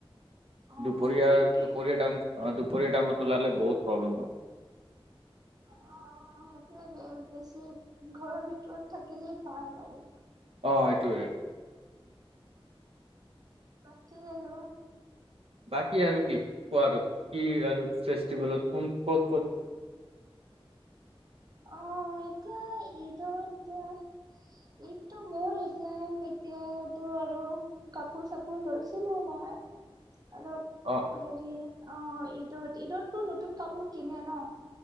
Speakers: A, on the right; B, on the right.
A: অ',
B: দুপৰীয়া
A: তাকে
B: দুপৰীয়া টাইম দু দূপুৰিয়াটাইমম তুলাৰিল বহু প্ৰব্ম্লে হয়
A: অ সেইটোৱে ব বেছি ঘৰৰ ভিতৰত থাকিলেই ভাল আৰু
B: অ এইটোৱে
A: বাকী আৰু
B: বাকী আৰু কি কোৱা আৰু কি আৰু ফেষ্টিভেলত কোন ক'ত ক'ত <unintelligible>
A: অহ এতিয়া ঈদত এতিয়া ঈদতটো মল এতিয়া এতিয়াতো আৰু কাপোৰ চাপোৰ লৈছিলো মই অলপ
B: অ
A: হেৰি অ ঈদত ঈদততটো নতুন কাপোৰ কিনে ন।